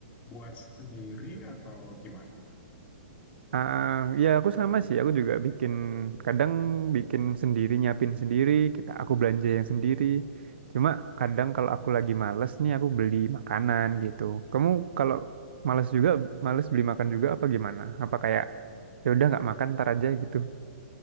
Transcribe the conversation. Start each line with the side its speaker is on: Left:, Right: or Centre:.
Left: buat sendiri atau gimana?
Right: Ah, ya aku sama sih, aku juga bikin, kadang bikin sendiri, nyiapin sendiri, kita aku belanja yang sendiri. Cuma kadang kalau aku lagi males nih, aku beli makanan gitu. Kamu kalau males juga, males beli makan juga apa gimana? Apa kayak, ya udah nggak makan ntar aja gitu?